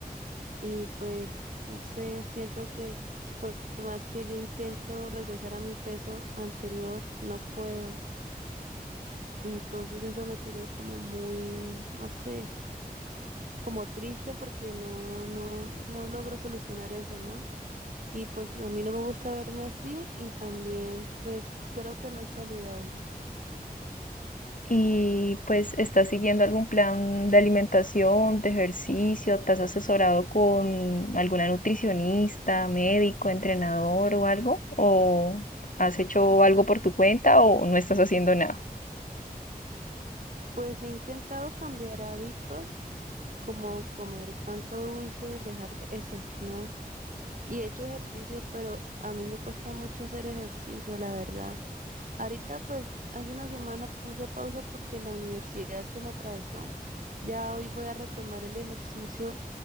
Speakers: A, on the right; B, on the left.
A: Y pues, no sé, siento que por más que yo intento regresar a mi peso anterior, no puedo. Entonces eso me tiene como muy, no sé, como triste porque no, no, no logro solucionar eso, ¿no? Y pues a mí no me gusta verme así y también pues creo que no es saludable.
B: Y pues, ¿estás siguiendo algún plan de alimentación, de ejercicio? ¿Te has asesorado con alguna nutricionista, médico, entrenador o algo? ¿O has hecho algo por tu cuenta o no estás haciendo nada?
A: Pues he intentado cambiar hábitos como comer tanto dulce, dejar eso, ¿no? Y he hecho ejercicio, pero a mí me cuesta mucho hacer ejercicio, la verdad. Ahorita, pues, hace una semana puse pausa porque la universidad se me atravesó. Ya hoy voy a retomar el ejercicio,